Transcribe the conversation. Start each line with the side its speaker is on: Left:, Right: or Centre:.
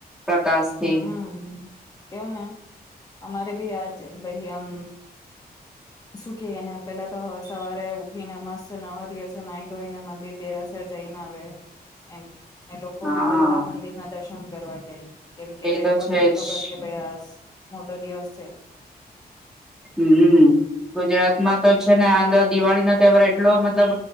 Centre: પ્રકાશથી
Left: હમ કેવું ને અમારે ભી આજ ભઈ આમ શું કે એને પેલા તો સવારે ઉઠીને મસ્ત નવા દિવસે નાહી ધોઈને મંદિર દેરાસર જઈને આવે. એમ અને લોકો
Centre: હા
Left: ભી પેલા મંદિરના દર્શન કરવા જાય કેમ કે એ
Centre: તો
Left: લોકોને
Centre: છે
Left: ભી ખબર
Centre: જ
Left: કે ભાઈ આ મોટો દિવસ છે
Centre: હમ ગુજરાતમાં તો છે ને હાલ દિવાળીનો તહેવાર એટલો મતલબ